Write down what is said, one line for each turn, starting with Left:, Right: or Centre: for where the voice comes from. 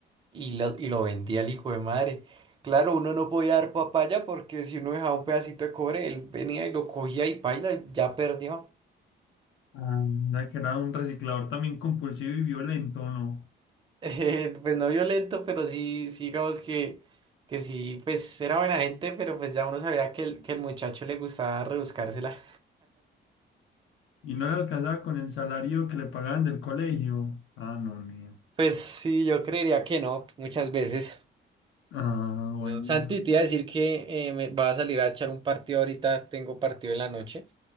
Right: y lo, y lo vendía al hijo de madre. Claro, uno no podía dar papaya porque si uno dejaba un pedacito de cobre, él venía y lo cogía y paila, ya perdió. <laughs>
Left: Anda, que era un reciclador también compulsivo y violento, ¿no?
Right: Eh, pues no violento, pero sí, sí digamos que, que sí, pues era buena gente, pero pues ya uno sabía que el, que el muchacho le gustaba rebuscársela.
Left: Y no le alcanzaba con el salario que le pagaban del colegio. Ah, no, mío.
Right: Pues sí, yo creería que no, muchas veces.
Left: Ah, bueno.
Right: Santi, te iba a decir que eh, me va a salir a echar un partido ahorita, tengo partido en la noche,